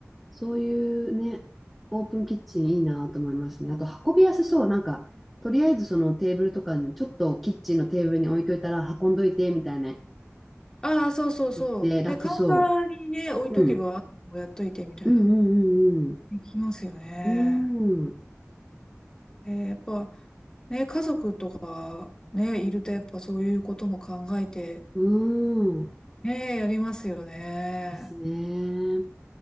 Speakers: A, in the centre; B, on the left.
A: そういうね、オープンキッチンいいなと思いますね。あと運びやすそう。なんか、とりあえずそのテーブルとかに、ちょっとキッチンのテーブルに置いといたら運んどいてみたいな
B: ああ、そうそうそう。
A: 言って楽そ
B: ね、カウンターにね、置いとけば、
A: う。うん。
B: あともやっといてみたいな。
A: うんうんうん
B: できますよね。
A: うん。うーん。
B: えーやっぱ、ね、家族とかね、いるとやっぱそういうことも考えて、
A: うーん。
B: ねえ、やりますよね。
A: ですね。